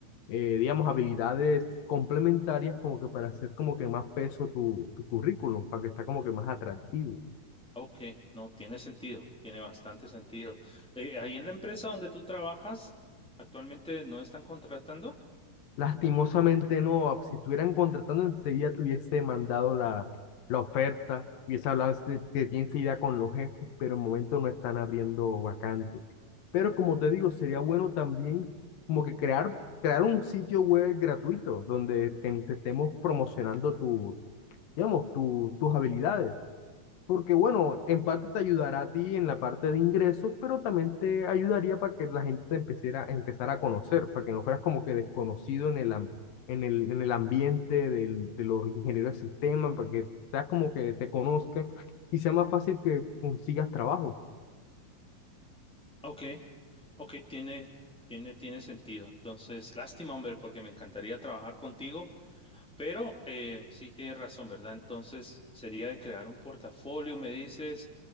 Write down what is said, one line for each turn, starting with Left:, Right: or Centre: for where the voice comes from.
Left: eh, digamos, habilidades complementarias, como que para hacer como que más peso tu, tu currículum, para que está como que más atractivo.
Centre: ok, no, tiene sentido, tiene bastante sentido. Eh, ahí en la empresa donde tú trabajas, actualmente no están contratando.
Left: Lastimosamente no, ah, si estuvieran contratando enseguida te hubiese mandado la, la oferta, hubiese hablado de, de ti enseguida con los jefes, pero en momento no están abriendo vacantes. Pero como te digo, sería bueno también como que crear, crear un sitio web gratuito donde te, te estemos promocionando tu, digamos, tu- tus habilidades. Porque bueno, en parte te ayudará a ti en la parte de ingresos, pero también te ayudaría para que la gente te empezara, empezara a conocer, para que no fueras como que desconocido en el, am- en el, en el ambiente del- de los ingenieros de sistemas, para que seas como que te conozcan y sea más fácil que consigas trabajo.
Centre: Ok, ok, tiene, tiene, tiene sentido. Entonces, lástima, hombre, porque me encantaría trabajar contigo Pero eh, sí tienes razón, ¿verdad? Entonces sería de crear un portafolio, me dices,